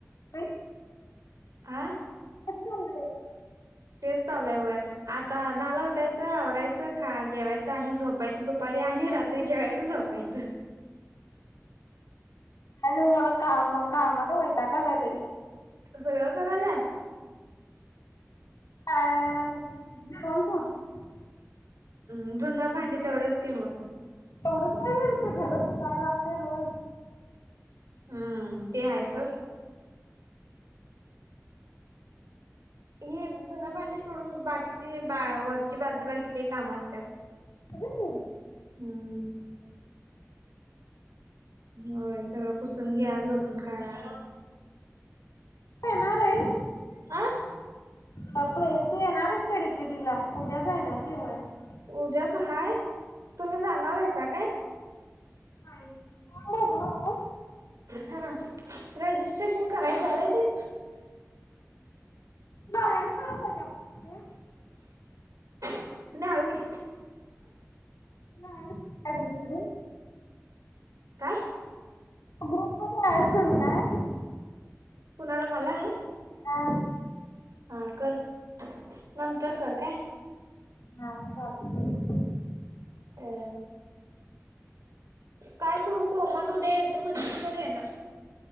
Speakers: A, on the left; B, on the right.
A: काय
B: आ
A: <unintelligible>
B: तेच चाललय व्हय. आता दहाला उठायचं, आवरायचं, खा जेवायचं आणि झोपायचं दुपारी आणि रात्र त्री जेवायचं झोपायचं.
A: हॅलो मला काम कामाचा वैताग आलाय बाई.
B: तू सगळं कराल्यास?
A: <unintelligible>
B: हम्म धून भांडी तेवढंच कि मग
A: तेवढंच नाही करायचं, घर फुसायला लागतय रोज
B: हम्म ते हाय सोड ही धून भांडी सोडून बाकीची बा वरची बारकी बारकी लय काम असतात
A: तू
B: हम्म. होय सगळं पुसून घ्या लोटून काढा.
A: येणार आहे?
B: आ
A: कपडे तू येणारच खडिकिटीला उद्याचय ना. <unintelligible>
B: उद्यास हाय तुम्ही जाणार आहेसा काय?
A: <unintelligible>
B: हा रजिस्ट्रेशन करायचंव ते.
A: तुला ॲड करू त्याचा ग्रूप मध्ये?
B: सुना हळू की.
A: तुला ऍड <inaudible> त्या ग्रुप मध्ये.
B: कायं
A: ग्रुप मध्ये ऍड करू काय?
B: कुणाला मला हाय?
A: हा.
B: हा कर नंतर कर काय.
A: हा चालेल.
B: अ काय करू कोमल उद्या येतो म्हणली <inaudible> आहे ना.